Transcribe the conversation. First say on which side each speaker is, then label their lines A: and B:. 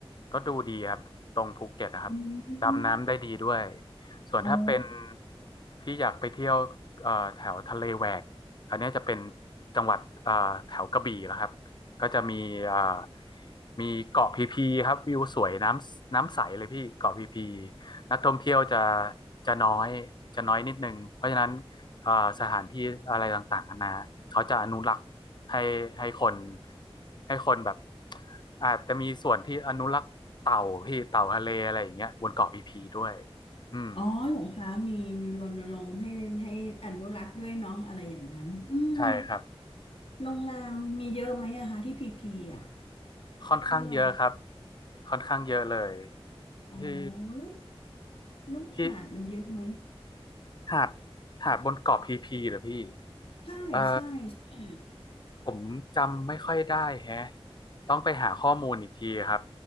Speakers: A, on the left (about 45°); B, on the left (about 65°).
A: ก็ดูดีครับตรงภูเก็ตนะครับดำน้ำได้ดีด้วย
B: อืม
A: ส่วนถ้าเป็น
B: โอ้
A: พี่อยากไปเที่ยวเอ่อแถวทะเลแหวกอันเนี้ยจะเป็นจังหวัดเอ่อแถวกระบี่แล้วครับ ก็จะมีอ่ามีเกาะพีพีครับวิวสวยน้ำน้ำใสเลยพี่เกาะพีพีนักท่องเที่ยวจะจะน้อยจะน้อยนิดนึงเพราะฉะนั้นอ่าสถานที่อะไรต่างๆนานาเขาจะอนุรักษ์ให้ให้คนให้คนแบบอาจจะมีส่วนที่อนุรักษ์เต่าพี่เต่าทะเลอะไรอย่างเงี้ยบนเกาะพีพีด้วยอืม
B: อ๋อเหรอคะมีมีรณรงค์ให้ให้อนุรักษ์ด้วยเนาะอะไรอย่างนั้นอืม
A: ใช่ครับ
B: โรงแรมมีเยอะไหมอะคะที่พีพีอะ
A: ค่อนข้างเยอะครับ
B: ให้เรา
A: ค่อนข้างเยอะเลย
B: อ๋อ
A: ที่
B: แล้วแล้วหาดมันเยอะไหม
A: ที่หาดหาดบนเกาะพีพีเหรอพี่
B: ใช่ใช่ใช่
A: เอ่อผมจำไม่ค่อยได้แฮะต้องไปหาข้อมูลอีกทีครับ